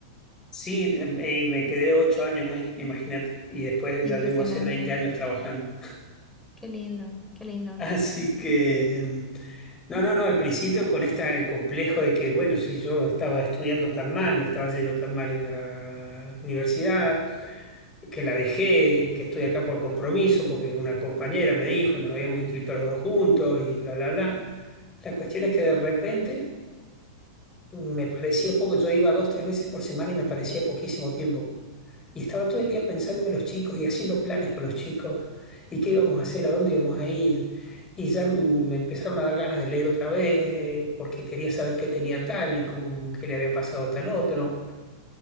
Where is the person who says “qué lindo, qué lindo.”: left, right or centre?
Centre